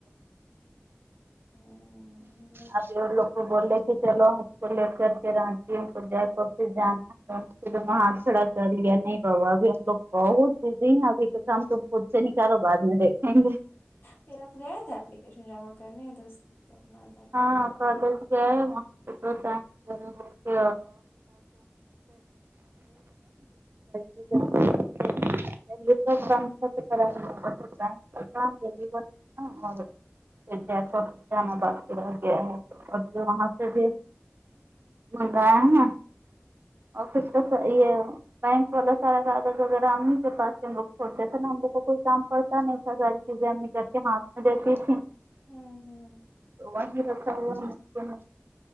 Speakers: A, on the left; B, on the right.
A: ہوں
B: آ جو لو بول کہ چل ل کے <unintelligible> رٹی ان د کرتی ج وہ ہاں کھڑا کر لیا نہیں بابا ابھی ہم لوگ بہت بزی ہیں ابھی کے کام تو خود سے نکالو بعد میں دیکھیں تے
A: پھر اب گئے تھے اپلیکیشن جمع کرنے تو درنادر
B: ہاں کالج گ ہے م تو <inaudible> <inaudible> <unintelligible> <unintelligible> گیا ہے <unintelligible> وہاں سے بھی منگایا ہے ن آفس کاسا یہ بینک والا سارا کاغذ وغیرہ امی کے پاس ہم ل کھولتے تھے نا ہم لوگ کوئی کام
A: ہ
B: پڑتا نہیں پڑتا اسلے امی کرکے ہاتھ میں دیتی تھی
A: ہوں ہوں
B: تو وہیں رکھا ہوا ہے نہ